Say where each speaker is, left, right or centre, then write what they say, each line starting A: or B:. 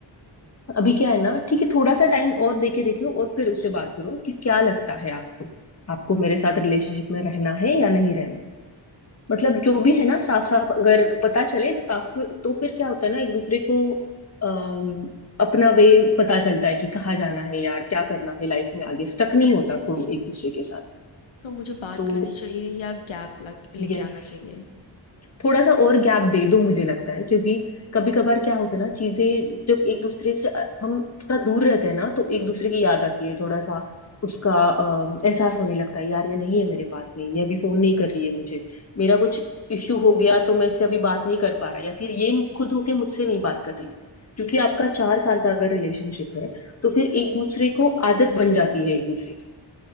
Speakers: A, on the left; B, on the left.
A: अभी क्या है ना ठीक है थोड़ा सा टाइम और देके देखो और फिर उससे बात करो कि क्या लगता है आपको आपको मेरे साथ रिलेशनशिप में रहना है या नहीं रहना मतलब जो भी है ना साफ साफ अगर पता चले ताफ- तो फिर क्या होता है ना एक दूसरे को अम, अपना वे पता चलता है कि कहाँ जाना है यार क्या करना है लाइफ में आगे स्टक नहीं होता कोई एक दूसरे के साथ
B: सो मुझे बात
A: तो
B: करनी चाहिए या गैप लेके
A: यस
B: आना चाहिए
A: थोड़ा सा और गैप दे दो मुझे लगता है क्योंकि कभी कभार क्या होता है ना चीजें जब एक दूसरे से अ, हम थोड़ा दूर रहते हैं ना तो एक दूसरे की याद आती है थोड़ा सा उसका अ, एहसास होने लगता है यार ये नहीं है मेरे पास में ये अभी फोन नहीं कर रही है मुझे मेरा कुछ इश्यू हो गया तो मैं इससे अभी बात नहीं कर पा रहा या फिर ये खुद होके मुझसे नहीं बात कर रही है क्योंकि आपका चार साल का अगर रिलेशनशिप है तो फिर एक दूसरे को आदत बन जाती है एक दूसरे की